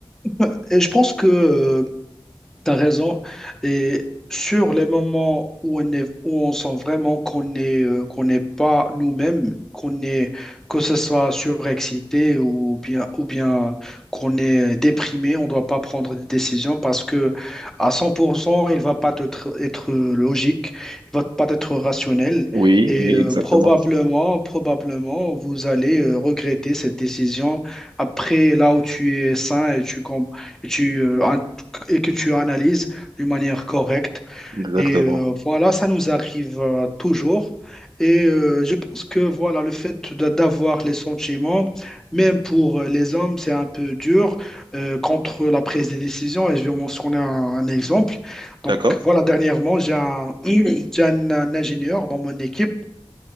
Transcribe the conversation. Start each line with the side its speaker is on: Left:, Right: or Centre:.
Centre: Euh, Et je pense que euh, T'as raison. Et sur les moments où on est, où on sent vraiment qu'on est, euh, qu'on n'est pas nous-mêmes, qu'on est, que ce soit surexcité ou bien, ou bien qu'on est déprimé, on ne doit pas prendre des décisions parce que à 100%, il va pas être, être logique, il va pas être rationnel
Right: Oui,
Centre: et
Right: oui,
Centre: euh,
Right: exactement,
Centre: probablement, probablement, vous allez euh, regretter cette décision après là où tu es sain et tu, com- et tu euh, et que tu analyses d'une manière correcte.
Right: exactement.
Centre: Et euh, voilà, ça nous arrive euh, toujours. Et euh, je pense que voilà, le fait de- d'avoir les sentiments, même pour euh, les hommes, c'est un peu dur euh, contre la prise des décisions. Et je vais mentionner un, un exemple. Donc
Right: D'accord?
Centre: voilà, dernièrement, j'ai un, <clears throat> j'ai un un ingénieur dans mon équipe